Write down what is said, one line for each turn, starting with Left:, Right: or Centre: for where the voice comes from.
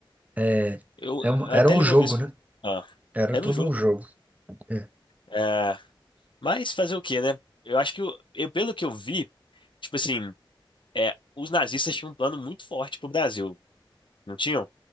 Right: É,
Left: Eu
Right: é um-
Left: até
Right: era um
Left: li
Right: jogo,
Left: uma vez que
Right: né?
Left: ah,
Right: Era
Left: é
Right: todo
Left: no jogo.
Right: um jogo. É.
Left: É, mas fazer o quê, né? Eu acho que o- eu, pelo que eu vi, tipo assim, é, os nazistas tinham um plano muito forte pro Brasil, não tinham?